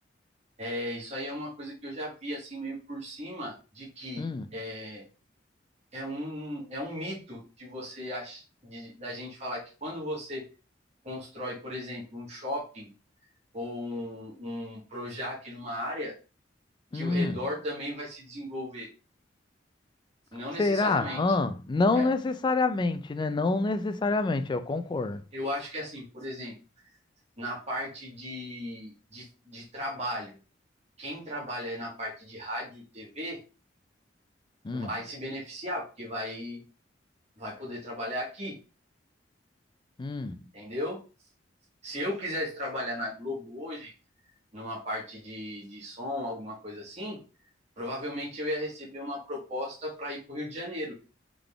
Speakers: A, on the right (about 35°); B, on the left (about 25°).
A: é, isso aí é uma coisa que eu já vi assim meio por cima de que
B: Hum,
A: é, é um, é um mito de você ach, de, da gente falar que quando você constrói, por exemplo, um shopping ou um, um Projac numa área,
B: hum.
A: que o redor também vai se desenvolver. Não
B: Será?
A: necessariamente.
B: Hã? não
A: É,
B: necessariamente, né? Não necessariamente, eu concordo.
A: eu acho que, assim, por exemplo, na parte de, de, de trabalho, quem trabalha na parte de rádio e TV
B: Hum,
A: vai se beneficiar, porque vai, vai poder trabalhar aqui,
B: hum,
A: entendeu? Se eu quisesse trabalhar na Globo hoje, numa parte de, de som, alguma coisa assim, provavelmente eu ia receber uma proposta para ir para o Rio de Janeiro.